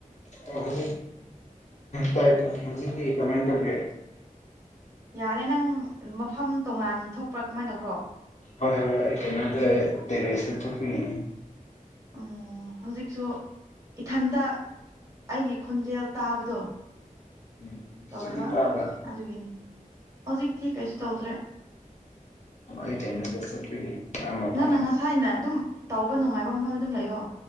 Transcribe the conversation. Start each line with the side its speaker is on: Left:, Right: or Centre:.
Left: ꯑꯣ ꯍꯧ ꯇꯥꯏ ꯇꯥꯏ ꯍꯧꯖꯤꯗꯤ ꯀꯃꯥꯏꯅ ꯇꯧꯧꯕ
Right: ꯌꯥꯔꯦ ꯅꯪ ꯃꯐꯝ ꯇꯣꯉꯥꯟ ꯊꯣꯛꯄ꯭ꯔꯥ ꯀꯃꯥꯏꯅ ꯇꯧꯕ꯭ꯔꯣ
Left: ꯍꯣꯏ ꯍꯣꯏ ꯑꯩ ꯀꯩꯅꯗ ꯇꯦꯔꯦꯁꯦ ꯊꯣꯛꯀꯤꯅꯤ
Right: ꯑꯣ ꯍꯧꯖꯤꯛꯁꯨ ꯏꯊꯟꯇ ꯑꯩꯒꯤ ꯈꯣꯟꯖꯦꯜ ꯇꯥꯕꯗꯣ
Left: ꯎꯝ ꯍꯧꯖꯤꯛꯁꯨ
Right: ꯇꯧꯋꯦꯕ
Left: ꯑꯗꯨꯝ ꯇꯥꯕ꯭ꯔꯥ
Right: ꯑꯗꯨꯒꯤꯅꯤ ꯍꯧꯖꯤꯛꯇꯤ ꯀꯩꯁꯨ ꯇꯧꯗ꯭ꯔꯦ
Left: ꯑꯩ ꯀꯩꯅꯣꯗ ꯆꯠꯄꯒꯤꯅꯤ ꯑꯥ ꯃꯄꯥꯟ
Right: ꯅꯪꯅ ꯉꯁꯥꯏꯅ ꯑꯗꯨꯝ ꯇꯧꯕ ꯅꯨꯡꯉꯥꯏꯕ ꯃꯐꯝ ꯑꯗꯨꯝ ꯂꯩꯌꯣ